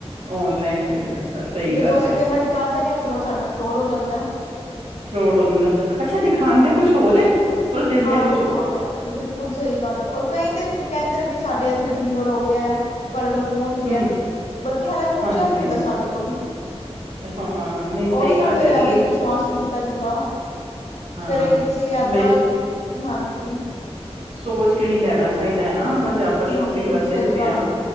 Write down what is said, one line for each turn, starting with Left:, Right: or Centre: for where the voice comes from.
Right: ਔਨਲਾਈਨ ਪੇਮੈਂਟ ਦਾ ਸਹੀ
Left: ਜਦੋਂ
Right: ਗੱਲ
Left: ਅਸੀਂ
Right: ਹੈ
Left: ਪੇਮੈਂਟ ਕਰ ਦਦੇ ਹਾਂ ਉਸ ਤੋਂ ਬਾਅਦ ਸਾਡੇ ਨਾਲ ਫਰੋਡ ਹੋ ਜਾਂਦਾ।
Right: ਫਰੋਡ ਹੋ ਜਾਂਦਾ ਅੱਛਾ ਦਿਖਾਂਦੇ ਕੁਛ ਹੋਰ ਪਰ ਦਿੰਦੇ
Left: ਆਹ
Right: ਕੁਛ
Left: ਕੁੱਛ ਹੋਰ
Right: ਏ
Left: ਜਾਂਦਾ। ਬਿਲਕੁਲ ਸਹੀ ਗੱਲ ਨੇ ਔਰ ਕਈ ਤੇ ਕਹਿੰਦੇ ਨੇ ਬ ਸਾਡੇ ਇੱਥੋਂ ਡਿਲੀਵਰ ਹੋ ਗਿਆ ਹੈ। ਸਾਡੇ ਕੋਲ ਪਹੁੰਚ ਗਿਆ
Right: ਹੂੰ
Left: ਬਲਕਿ ਹਲੇ ਪਹੁੰਚਿਆ
Right: ਹਾਂਜੀ
Left: ਵੀ ਨਹੀਂ ਹੁੰਦਾ ਸਾਡੇ ਕੋਲੋਂ
Right: ਹਾਂ ਨਹੀਂ ਸਹੀ
Left: ਉਹੀ ਨਾ
Right: ਗੱਲ
Left: ਫੇਰ
Right: ਹੈਗੀ
Left: ਐਵੇਂ
Right: ਏ
Left: ਵਿਸ਼ਵਾਸ ਨਹੀਂ ਕੀਤਾ ਜਾਂਦਾ।
Right: ਹਾਂ
Left: ਫੇਰ ਸੀ ਜਾਦਾਂ
Right: ਬਈ
Left: ਹਾਂਜੀ।
Right: ਸੋਚ ਕੇ ਹੀ ਲੈਣਾ ਚਾਹੀਦਾ ਹੈ ਨਾ ਅਗਰ ਜੇ ਆਪਾਂ ਸ਼ੋਪਿੰਗ
Left: ਬਿਲਕੁਲ
Right: ਕਰਦੇ
Left: ਸਹੀ
Right: ਵੀ ਪਏ
Left: ਗੱਲ
Right: ਹਾਂ
Left: ਏ